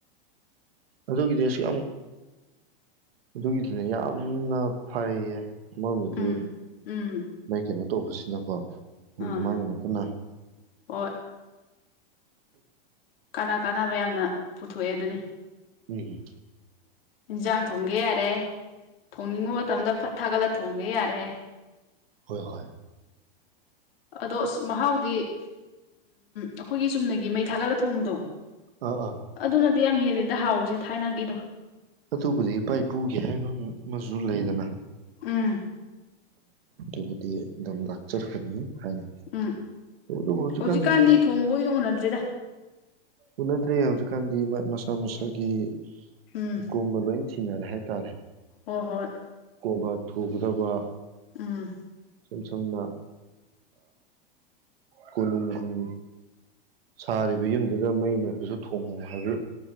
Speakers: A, on the right (about 75°); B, on the left (about 75°).
A: ꯑꯗꯨꯒꯤꯗꯤꯁꯨ ꯌꯥꯝꯨꯛ ꯑꯗꯨꯒꯤꯗꯨꯅꯦ ꯌꯥꯝꯅ ꯐꯩꯌꯦ ꯃꯝꯗꯗꯤ
B: ꯎꯝ ꯎꯝ
A: ꯃꯥꯏ ꯀꯩꯅꯩꯅꯣ ꯇꯧꯕꯁꯤꯅꯀꯣ ꯄꯨꯝꯗꯤ
B: ꯑꯥ
A: ꯃꯥꯡꯒꯤꯅꯠꯇꯟꯅ <inaudible>
B: ꯍꯣꯏ ꯀꯥꯅ ꯀꯥꯟꯅꯕ ꯌꯥꯝꯅ ꯄꯨꯊꯣꯛꯑꯦ ꯑꯗꯨꯅꯤ
A: ꯎꯝ
B: ꯏꯟꯁꯥꯡ ꯊꯣꯡꯒꯦ ꯌꯥꯔꯦ ꯊꯣꯡꯅꯤꯡꯕ ꯃꯇꯝꯗ ꯐꯠ ꯊꯥꯒꯠꯂ ꯊꯣꯡꯒꯦ ꯌꯥꯔꯦ
A: ꯍꯣꯏ ꯍꯣꯏ
B: ꯑꯗꯣ ꯑꯁ ꯃꯍꯥꯎꯗꯤ ꯎ ꯑꯩꯈꯣꯏꯒꯤ ꯆꯨꯝꯅꯒꯤ ꯃꯩ ꯊꯥꯒꯠꯂ ꯊꯣꯡꯕꯗꯣ ꯑꯗꯨ
A: ꯑꯥ ꯑꯥ
B: ꯑꯗꯨꯅꯗꯤ ꯌꯥꯝ ꯌꯥꯝ ꯍꯦꯗꯤ ꯗꯗ ꯍꯥꯎꯕꯁꯦ ꯊꯥꯏꯅꯒꯤꯗꯣ
A: ꯑꯗꯨꯕꯨꯗꯤ ꯏꯄꯥ ꯏꯄꯨꯒꯦ ꯍꯥꯏꯕ ꯑꯃꯁꯨ ꯂꯩꯗꯅ
B: ꯎꯝ
A: ꯎ ꯗꯤ ꯑꯗꯨꯝ ꯂꯥꯛꯆꯔꯛꯀꯅꯤ ꯊꯥꯏꯅ
B: ꯎꯝ
A: ꯑꯗꯨꯕꯨ ꯍꯧꯖꯤꯛꯀꯥꯟ
B: ꯍꯧꯖꯤꯛꯀꯥꯟꯗꯤ
A: ꯃꯤꯑꯣꯏ
B: ꯊꯣꯡꯕ ꯑꯣꯏꯅ ꯎꯅꯗ꯭ꯔꯤꯗ
A: ꯎꯅꯗ꯭ꯔꯦ ꯍꯧꯖꯤꯛꯀꯥꯟꯗꯤ ꯃꯁꯥ ꯃꯁꯥꯒꯤ
B: ꯎꯝ
A: ꯍꯀꯨꯨꯝ ꯊꯟꯅꯔꯦ ꯍꯥꯏꯇꯥꯔꯦ
B: ꯍꯣꯏ ꯍꯣꯏ
A: ꯀꯣꯕ ꯊꯨꯒꯗꯕ
B: ꯎꯝ
A: ꯁꯨꯝ ꯁꯨꯝꯃ ꯀꯂꯨꯨꯝꯒꯨꯝ ꯁꯥꯔꯤꯕ ꯌꯨꯝꯗꯨꯗ ꯃꯩ ꯅꯦꯛꯄꯁꯨ ꯊꯣꯡꯉꯨ ꯍꯥꯏꯕ